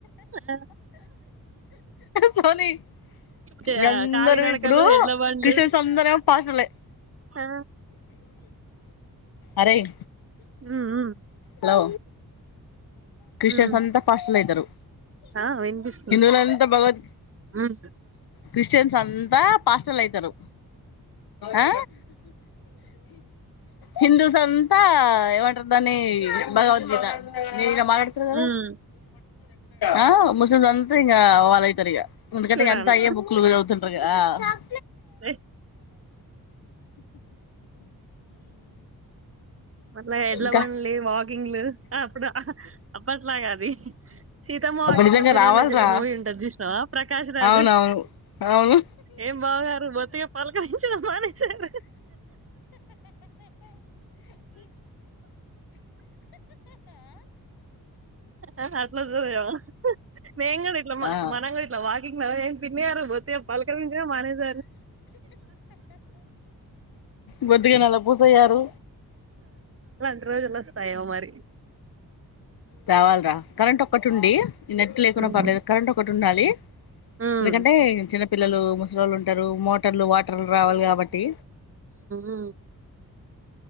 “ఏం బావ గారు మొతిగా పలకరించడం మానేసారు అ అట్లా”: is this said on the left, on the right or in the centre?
Right